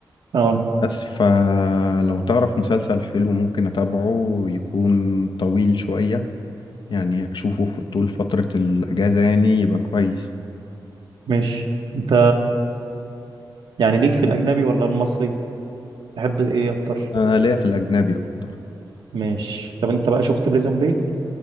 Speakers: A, on the right; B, on the left.
A: اه
B: بس فلو تعرف مسلسل حلو ممكن اتابعه يكون طويل شوية يعني اشوفه في طول فترة الاجازة يعني يبقى كويس
A: ماشي انت يعني ليك في الاجنبي ولا المصري تحب ايه اكتر
B: انا ليا في الاجنبي اكتر
A: ماشي طب انت بقى شفت بريزون بريك